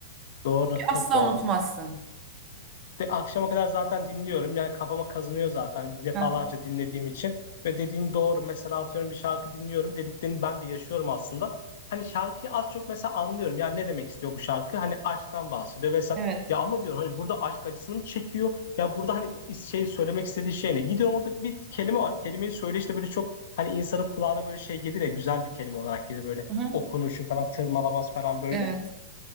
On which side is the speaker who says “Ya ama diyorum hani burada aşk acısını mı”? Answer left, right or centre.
Left